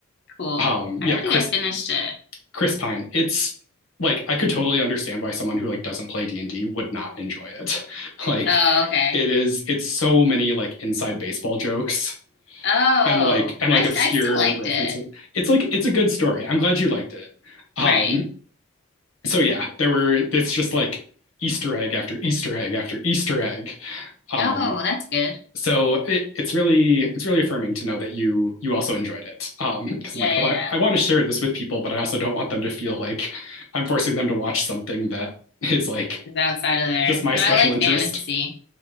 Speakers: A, on the left; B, on the left.
A: Cool.
B: Um,
A: I
B: yeah,
A: don't
B: Chris
A: think I finished it.
B: Chris Pine. It's like I could totally understand why someone who like doesn't play D&D would not enjoy it. <laughs> Like
A: Oh, okay.
B: it is it's so many like inside baseball jokes
A: Oh,
B: and like and
A: I,
B: like obscure
A: I still liked
B: references.
A: it.
B: It's like it's a good story. I'm glad you liked it. Um
A: Right.
B: so yeah, there were it's just like Easter egg after Easter egg after Easter egg. Um
A: Oh, that's good.
B: so it, it's really it's really affirming to know that you you also enjoyed it um because
A: Yeah,
B: i'm like
A: yeah,
B: oh i,
A: yeah.
B: I want to share this with people but i also don't want them to feel like i'm forcing them to watch something that <laughs> is like
A: It's outside of there.
B: just my
A: No,
B: special
A: I like
B: interest
A: fantasy.